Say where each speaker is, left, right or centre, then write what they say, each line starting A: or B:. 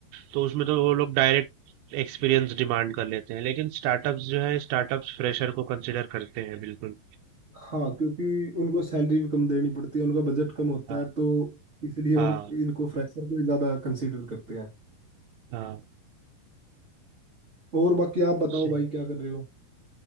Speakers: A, on the right; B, on the right.
A: तो उसमें तो वो लोग डायरेक्ट एक्सपीरियंस डिमांड कर लेते हैं लेकिन स्टार्टअप्स जो है स्टार्टअप्स फ्रेशर को कंसिडर करते हैं बिल्कुल
B: हाँ क्योंकि उनको सैलरी भी कम देनी पड़ती है उनका बजट कम होता
A: हाँ
B: है तो इसलिए
A: हाँ
B: वो इनको फ्रेशर को ही ज्यादा कंसीडर करते हैं
A: हाँ
B: और बाकी आप बताओ
A: सही।
B: भाई क्या कर रहे हो